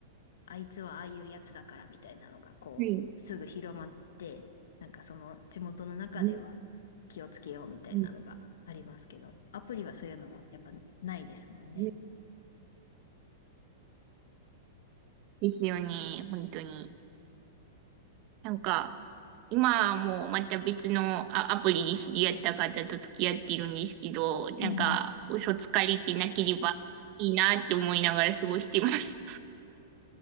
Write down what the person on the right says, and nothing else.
はい。
うんうん
うんですよね、本当に。なんか、今はもうまた別のあアプリに知り合った方と付き合っているんですけど、なんか、
嘘つかれてなければいいなって思いながら過ごしてます。